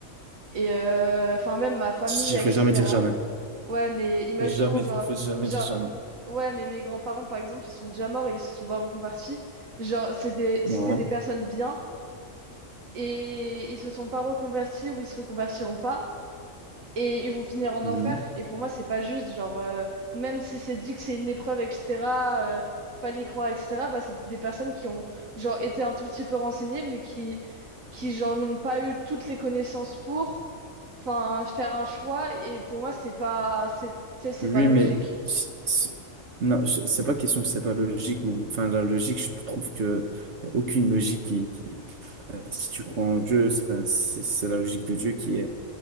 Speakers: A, on the right; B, on the right.
A: Et euh, enfin, même ma famille,
B: Il
A: etc.
B: faut jamais dire jamais.
A: Ouais, mais imaginons,
B: Faut jamais,
A: genre,
B: faut jamais
A: genre,
B: dire jamais.
A: ouais, mais mes grands-parents, par exemple, ils sont déjà morts et ils se sont pas reconvertis. Genre, c'est des- c'était
B: Voilà.
A: des personnes bien et ils se sont pas reconvertis ou ils se reconvertiront pas et ils vont finir en
B: Mhm.
A: enfer. Et pour moi, c'est pas juste. Genre, euh, même si c'est dit que c'est une épreuve, etc., euh, fallait y croire, etc., bah, c'est des personnes qui ont genre, été un tout petit peu renseignées, mais qui, qui genre, n'ont pas eu toutes les connaissances pour enfin, faire un choix. Et pour moi, c'est pas, c'est, tu sais, c'est
B: Oui,
A: pas logique.
B: mais c- c- non, je- c'est pas question que c'est pas logique ou enfin la logique, je trouve que y a aucune logique qui, qui- si tu crois en Dieu, c'est enfin, c'est- c'est la logique de Dieu qui est